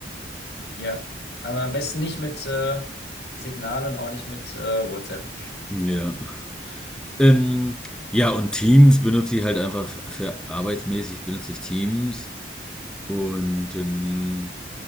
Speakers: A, on the left (about 65°); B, in the centre.
A: Ja, aber am besten nicht mit äh, Signal und auch nicht mit äh, WhatsApp.
B: Ja. Ähm, ja, und Teams benutze ich halt einfach für arbeitsmäßig benutze ich Teams und ähm,